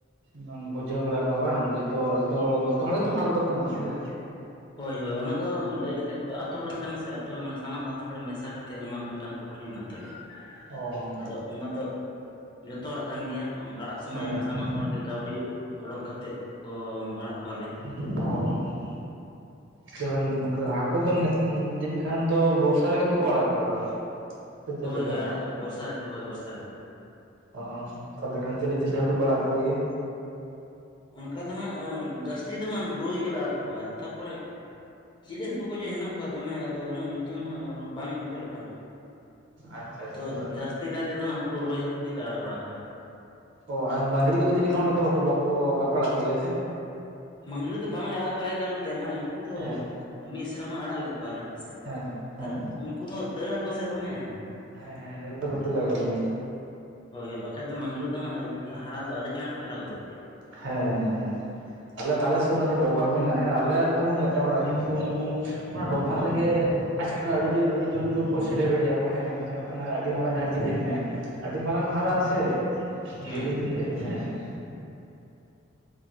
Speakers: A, on the right; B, on the left.
A: ᱵᱟᱝ ᱵᱩᱡᱷᱟᱹᱣ ᱵᱟᱲᱟ ᱠᱚᱣᱟ ᱵᱟᱝ ᱡᱚᱛᱚ ᱡᱚᱛᱚ ᱡᱚᱛᱚ ᱦᱚᱲ ᱜᱮᱛᱚ ᱵᱷᱟᱜᱽ ᱫᱚᱠᱚ ᱧᱟᱢᱼᱟ ᱦᱮᱸ
B: ᱦᱳᱭ ᱦᱳᱭ ᱚᱱᱟ ᱫᱚ ᱞᱟᱹᱭ ᱞᱮᱠᱷᱟᱡ ᱫᱚ ᱟᱛᱩ ᱦᱚᱲᱟᱜ ᱠᱟᱱᱟ ᱥᱮ ᱟᱛᱩ ᱦᱚᱲ ᱢᱟᱱᱮ ᱥᱟᱱᱟᱢ ᱟᱛᱩ ᱦᱚᱲ ᱢᱮᱥᱟ ᱠᱟᱛᱮᱫ ᱚᱱᱟ ᱢᱤᱫ ᱴᱟᱝ ᱯᱩᱠᱷᱨᱤ ᱦᱮᱱᱟᱜ ᱛᱟᱞᱮᱭᱟ
A: ᱚ
B: ᱟᱫᱚ ᱚᱱᱟ ᱫᱚ ᱡᱚᱛᱚ ᱦᱚᱲᱟᱜ ᱠᱟᱱ ᱜᱮᱭᱟ ᱟᱲᱟᱜ ᱥᱚᱢᱚᱭ
A: ᱦᱮᱸ
B: ᱦᱚᱸ ᱥᱟᱱᱟᱢ ᱦᱚᱲᱜᱮ ᱠᱟᱹᱣᱰᱤ ᱚᱰᱳᱚᱠ ᱠᱟᱛᱮᱫ ᱠᱚ ᱟᱲᱟᱜ ᱠᱚᱣᱟᱞᱮ
A: ᱚ ᱡᱮ ᱱᱚᱝᱠᱟ ᱦᱟᱹᱠᱩ ᱫᱚ ᱡᱟᱹᱱᱤᱡ ᱠᱷᱟᱱ ᱫᱚ ᱵᱚᱨᱥᱟ ᱨᱮᱜᱮ ᱛᱚᱠᱚ ᱟᱲᱟᱜ ᱠᱚᱣᱟ? ᱥᱮ ᱪᱮᱫ
B: ᱦᱳᱭ
A: ᱞᱮᱠᱟ?
B: ᱦᱳᱭ ᱟᱲᱟᱜ ᱫᱚ ᱵᱚᱨᱥᱟ ᱨᱮᱜ ᱦᱳᱭ ᱵᱚᱨᱥᱟ ᱨᱮᱜᱮ
A: ᱚ ᱛᱟᱦᱞᱮ ᱠᱷᱟᱱ ᱪᱤᱞᱤ ᱪᱤᱞᱤ ᱦᱟᱹᱠᱩ ᱯᱮ ᱟᱲᱟᱜ ᱠᱚ ᱜᱮᱭᱟ?
B: ᱚᱱᱠᱟ ᱫᱚ ᱦᱟᱸᱜ ᱡᱟᱹᱥᱛᱤ ᱫᱚ ᱦᱟᱸᱜ ᱨᱩᱭ ᱜᱮᱞᱮ ᱟᱲᱟᱜ ᱠᱚᱣᱟ ᱛᱟᱨᱯᱚᱨᱮ ᱪᱤᱞᱤ ᱦᱟᱹᱠᱩ ᱠᱚᱡᱮ ᱦᱮᱱᱟᱜ ᱠᱚᱣᱟ ᱫᱚᱢᱮ ᱟᱫᱚ ᱩᱱᱟᱹᱜ ᱧᱩᱛᱩᱢ ᱫᱚ ᱦᱟᱸᱜ ᱵᱟᱝ ᱩᱭᱦᱟᱹᱨᱚᱜ ᱠᱟᱱᱟ
A: ᱟᱪᱪᱷᱟ ᱟᱪᱪᱷᱟ
B: ᱛᱚ ᱡᱟᱥᱛᱤ ᱥᱛᱤ ᱠᱟᱭᱛᱮ ᱫᱚ ᱦᱟᱸᱜ ᱩᱱᱠᱩ ᱨᱩᱭ ᱦᱟᱹᱠᱩ ᱜᱮᱞᱮ ᱟᱲᱟᱜ ᱵᱟᱲᱟ ᱠᱚᱣᱟ᱾
A: ᱚ ᱟᱨ ᱢᱟᱜᱽᱨᱤ ᱠᱚᱫᱚ ᱡᱟᱱᱤᱡ ᱠᱷᱟᱱ ᱚᱱᱰᱮ ᱵᱟᱠᱚ ᱵᱟᱠᱚ ᱟᱲᱟᱜ ᱠᱚ ᱜᱮᱭᱟ ᱦᱮᱸ ᱥᱮ
B: ᱢᱟᱸᱜᱽᱨᱤ ᱫᱚ ᱵᱟᱝᱞᱮ ᱟᱲᱟᱜ ᱠᱚᱣᱟ ᱮ ᱠᱟᱨᱚᱱ ᱛᱮ ᱢᱟᱱᱮ ᱩᱱᱠᱩ ᱫᱚ
A: ᱦᱮᱸ
B: ᱢᱤᱫ ᱥᱮᱨᱢᱟ ᱟᱲᱟᱜ ᱞᱮᱫ ᱠᱚᱣᱟᱞᱮ
A: ᱦᱮᱸ ᱦᱮᱸ
B: ᱟᱨ ᱩᱱᱠᱩ ᱫᱚ ᱫᱟᱹᱲ ᱟᱠᱚ ᱥᱮ ᱫᱚᱢᱮ᱾
A: ᱦᱮᱸ ᱦᱮᱸ ᱫᱟᱹᱲ ᱫᱚᱠᱚ ᱫᱟᱹᱲᱟᱠ ᱞᱚᱜᱚᱱ
B: ᱦᱳᱭ ᱦᱳᱭ ᱵᱟᱠᱷᱟᱡ ᱫᱚ ᱢᱟᱺᱜᱽᱨᱤ ᱫᱚ ᱦᱟᱸᱜ ᱦᱟᱨᱟ ᱫᱚ ᱟᱹᱰᱤ ᱪᱟᱸᱲ ᱠᱚ ᱦᱟᱨᱟ ᱜᱚᱫᱚᱜ ᱜᱮᱭᱟ᱾
A: ᱦᱮᱸ ᱦᱮᱸ ᱟᱞᱮ ᱟᱞᱮ ᱥᱩᱨ ᱨᱮ ᱢᱤᱫᱴᱮᱡ ᱰᱚᱵᱷᱟᱜ ᱢᱮᱱᱟᱜᱼᱟ ᱦᱮᱸ ᱟᱞᱮᱭᱟᱜ ᱫᱚ ᱵᱟᱝ ᱠᱟᱱᱟ ᱮᱴᱟᱜ ᱦᱚᱲᱟᱜ ᱠᱤᱱᱛᱩ ᱩᱱᱠᱩ ᱚᱱᱟ ᱰᱚᱵᱷᱟᱜ ᱨᱮᱜᱮ ᱟᱪᱷᱟ ᱟᱹᱰᱤ ᱡᱳᱨ ᱟᱹᱰᱤ ᱡᱳᱨ ᱡᱳᱨ ᱠᱚ ᱥᱮᱴᱮᱵᱮᱰᱮᱭᱟᱠᱚ ᱦᱮᱸ ᱢᱚᱱᱮ ᱦᱩᱭᱩᱜ ᱠᱟᱱᱟ ᱟᱹᱰᱤ ᱢᱟᱨᱟᱝ ᱡᱟᱦᱟᱸ ᱪᱤᱞᱤ ᱦᱮᱱᱟᱭᱟ ᱟᱹᱰᱤ ᱢᱟᱨᱟᱝ ᱠᱚ ᱦᱟᱨᱟᱜᱼᱟ ᱥᱮ
B: ᱦᱩᱸ
A: ᱡᱮᱹᱞᱮᱹᱧ
B: ᱦᱩᱸ
A: ᱜᱮ ᱦᱮᱸ